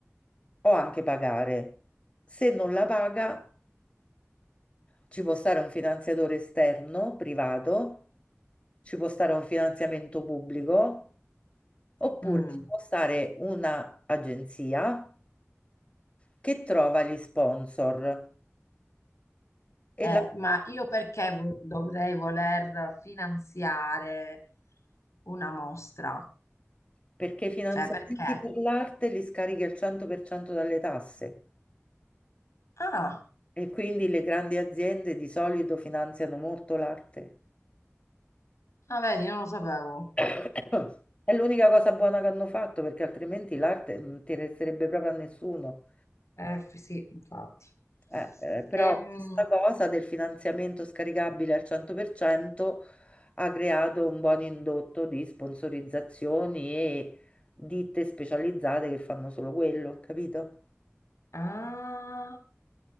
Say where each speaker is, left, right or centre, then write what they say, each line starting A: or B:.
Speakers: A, on the left; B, on the left.
A: o anche pagare. Se non la paga Ci può stare un finanziatore esterno, privato, ci può stare un finanziamento pubblico, oppure
B: Mm.
A: ci può stare un'agenzia che trova gli sponsor. E
B: Eh,
A: la...
B: ma io perché vo- dovrei voler finanziare una mostra?
A: Perché i finanziamenti
B: Cioè, perché?
A: per l'arte li scarichi al 100% dalle tasse
B: Ah,
A: e quindi le grandi aziende di solito finanziano molto l'arte.
B: ah, vedi, non lo sapevo.
A: <coughs> È l'unica cosa buona che hanno fatto perché altrimenti l'arte non interesserebbe proprio a nessuno.
B: Eh, f- sì, infatti.
A: Eh, eh, però
B: Ehm,
A: questa cosa del finanziamento scaricabile al 100% ha creato un buon indotto di sponsorizzazioni e ditte specializzate che fanno solo quello, capito?
B: ah,